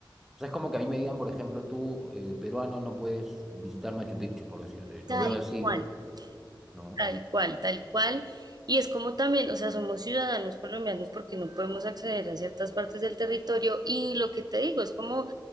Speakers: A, in the centre; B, on the right (about 55°).
A: o sea, es como que a mí me digan, por ejemplo, tú, eh, peruano, no puedes visitar Machu Picchu, por decirte. Lo
B: tal
A: veo así,
B: cual,
A: ¿no?
B: tal cual, tal cual. Y es como también, o sea, somos ciudadanos colombianos porque no podemos acceder a ciertas partes del territorio y lo que te digo es como